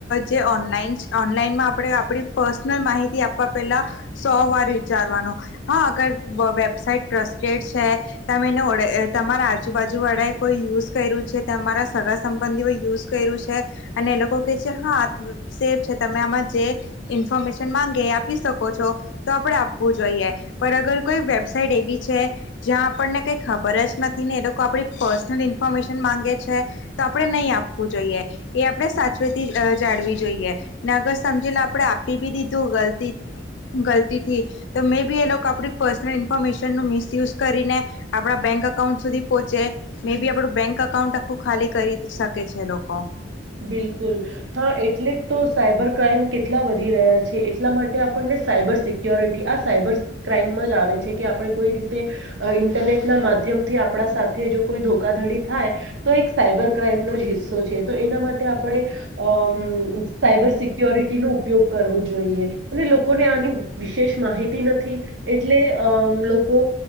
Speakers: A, on the left (about 75°); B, on the right (about 80°).
A: જે ઓનલાઈન ઓનલાઈનમાં આપ આપ પર્સનલ માહિતી આપવા પેલા સો વાર વિચારવાનો હા અગર વેબાઈટ ટ્રસ્ટેડ છે તમેને તમારા આજુબાજુ વાળે કોઈ યુઝ કર્યું છે તમારા સગા સંબંધીઓ યુઝ કર્યું છે અને એ લોકો કહે છે હા સેફ છે તમે આમાં જે ઇન્ફોર્મેશન માંગે એ આપી શકો છો તો આપણેે આપવું જોઈએ પર અગર કોઈ વેબસાઇટ એવી છે જ્યાં આપણને કઈ ખબર જ નથી ને એ લોકો આપડી પર્સનલ ઇન્ફોર્મેશન માંગે છે તો આપણે નહી આપવું જોઈએ એ આપણે સાચવેથી જાળવી જોઈએ ને અગર સમજી પે આપડે આપી બી દીધું ગલતી ગલતીથી તો મે બી એ લોકો આપણી પર્સનલ ઇન્ફોર્મેશન ન મિસયુઝ કરીને આપણા બેંક અકાઉન્ટ સુધી પહોંચે મે બી આપડું બેંક અકાઉન્ટ આખું ખાલી કરી શકે છે લોકો
B: બિલકુલ હા એટલે જ તો સાયબર ક્રાઈમ કેટલા વધી રહ્યા છે એટલા માટે આપણને સાયબર સિક્યોરિટી આ સાયબર ક્રાઈમ જ આવે છે કે આપણે કોઈ રીતે ઇન્ટરનેટના માધ્યમ થી આપ સાથે જો કોઈ ધોકધડી થાય તો એક સાયબર ક્રાઈમ નો જ હિસ્સો છે તો એના માટે આપણે અ સાયબર સિક્યોરિટી નો ઉપયોગ કરવો જોઈએ લોકોને આ વિશેષ માહિતી નથી એટલે લોકો